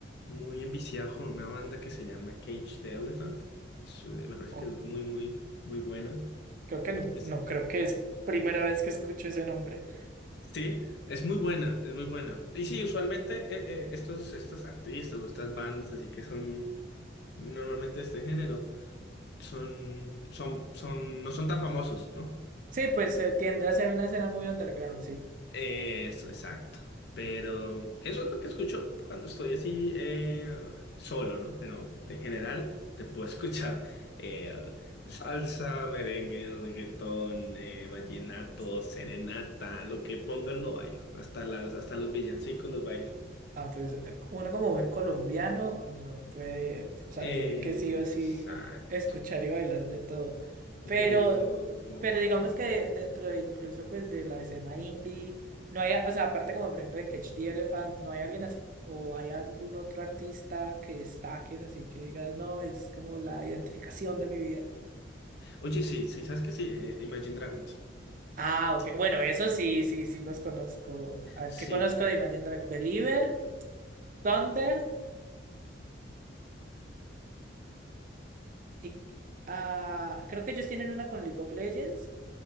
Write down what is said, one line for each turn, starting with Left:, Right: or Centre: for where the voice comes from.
Left: muy enviciado con una banda que se llama Cage the Elephant. Es, eh, me parece
Right: O-
Left: que es muy, muy, muy buena.
Right: creo que no,
Left: Es-
Right: no creo que es primera vez que escucho ese nombre.
Left: sí, es muy buena, es muy buena. Y sí, usualmente eh, eh, estos, estos artistas o estas bandas así que son normalmente de este género, son, son, son, no son tan famosos, ¿no?
Right: Sí, pues eh, tiende a ser una escena muy underground, sí.
Left: Eso, exacto. Pero eso es lo que escucho cuando estoy así eh, solo, ¿no? Pero en general te puedo <laughs> escuchar eh, salsa, merengue, reggaetón, eh, vallenato,
Right: <laughs>
Left: serenata, lo que pongan lo bailo. Hasta las, hasta los villancicos los bailo.
Right: Ah, pues eh, uno como buen colombiano no puede,
Left: Exacto.
Right: o sea, tiene que sí o sí escuchar y bailar de todo. Pero,
Left: De todo un poco,
Right: pero digamos
Left: sí.
Right: que dentro de incluso pues de la escena indie, no hay, o sea, aparte como por ejemplo de Catch the Elephant, no hay alguien as- o hay algún otro artista que destaques así que digas, no, es como la identificación de mi vida.
Left: Oye, sí, sí, ¿sabes qué? Sí, eh, Imagine Dragons.
Right: Ah, ok.
Left: Sí,
Right: Bueno, eso sí, sí, sí los conozco. A ver,
Left: sí,
Right: ¿qué conozco de Imagine Dragons? Believer, Thunder Y ah, creo que ellos tienen una con League of Legends.